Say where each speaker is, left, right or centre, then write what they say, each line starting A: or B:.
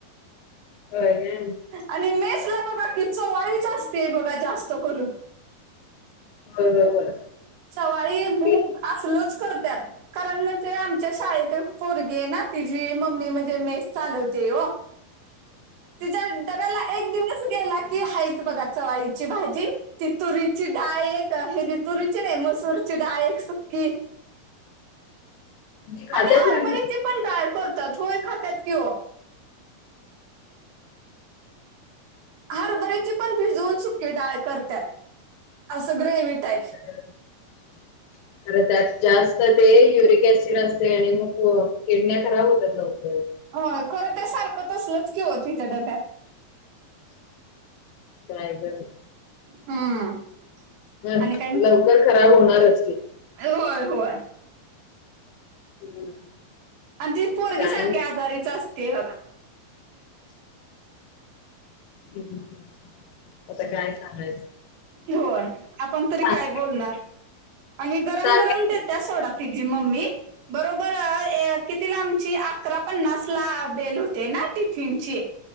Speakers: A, on the left (about 75°); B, on the right (about 80°).
A: होय <unintelligible>
B: आणि मेसला बघा कि चवळी असते बघा जास्त करून.
A: होय होय होय.
B: चवळी, मुंग,
A: ते
B: असलच करत्यात. कारण म्हणजे आमच्या शाळेत एक पोरगी हायना तिची मम्मी म्हणजे मेस चालवते ओ.
A: <inaudible>
B: तिज्या डब्याला एक दिवस गेला की हायच बघा चवाळीची भाजी, ती तुरीची डाळ एक हे तुरी ची नाही मसूरचीडाळ एक सुक्की.
A: ती खात्या
B: आणि हरभऱ्याची
A: पोरगी
B: पण डाळ करतात होय खात्यात कि ओ. हरभरीची पण भिजवून सुकी डाळ करत्यात, असं ग्रेव्ही टाईप.
A: <unintelligible> खर त्यात जास्त ते युरिक ऍसिड असतय आणि मग किडन्या खराब होतात लवकर.
B: होय खरं ते सारखं ते तसलच कि ओ तुझ्या डब्यात.
A: काय ग बई.
B: हम्म
A: हम
B: आणि काय म्हण
A: लवकर खराब होणारच कि.
B: होय होय.
A: हम्म.
B: अन ती पोरगी
A: काय
B: सारखी आजारीच असते बघा.
A: हम्म, आता काय सांगाय
B: होय, आपण तरी
A: सांग-
B: काय बोलणार. आणि गरम
A: सांगायचं
B: गरम देत्या सोडा तिची मम्मी, बरोबर ए कितीला आमची अकरा पन्नासला बेल होते ना टिफिनची.